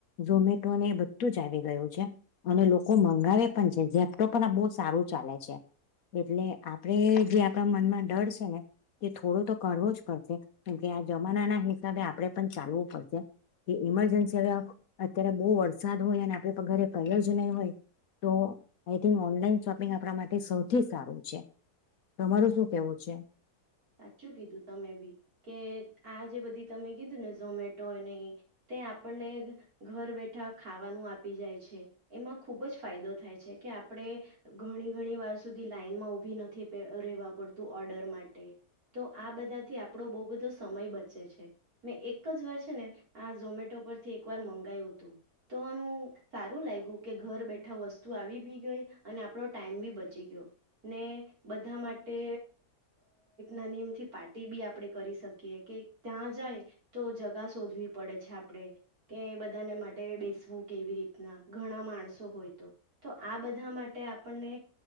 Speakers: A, on the left; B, on the right.
A: ઝોમેટોને એ બધું જ આવી ગું છે અને લોકો મંગાવે પણ છે ચેપ્ટો પણ આ બહુ સારું ચાલે છે એટલે આપડે જે આપણા મનમાં ડર છે ને કે થોડો તો કરવો જ પડશે કેકે આ જમાના ના હિસાબે આપડે પણ ચાલવું પડશે કે ઇમરજન્સી હવે અત્યારે બહુ વરસાદ હોય અને આપણે ઘરે પ જ નહીં હોય તો આઈ થિંક ઓનલાઈન શોપિંગ આપણા માટે સૌથી થી સારું છે તમારું શું કેવું છે
B: સાચું કીધું તમે બી કે આ જે બધી તમે કીધું ને ઝોમેટો અનેને તે આપણને ઘર બેઠા ખાવાનું આપી જાય છે એમાં ખૂબ જ ફાયદો થાય છે કે આપણે ઘણી ઘણી વાર સુધી લાઈનમાં ઉઊભી નથી રહેવા પડતું ઓર્ડર માટે તો આ બધાથી આપણો બહુ બધો સમય બચે છે મેં એક જ વર્ષ ને આ ઝોમેટો પરથી એક વાર મંગાયું હતું તો આમ સારું લાગ્યું કે ઘર બેઠા વસ્તુ આવી બી ગઈ અને આપણો ટાઈમ બી બચી ગયો ને બધા માટે નાની એમથી પાર્ટી બી આપણે કરી શકીએ કે ત્યાં જાય તો જગા શોધવી પડે છે આપડણે કે બધાને માટે બેસવું કેવી રીતના ઘણા માણસો હોય તો તો આ બધા માટે આપણને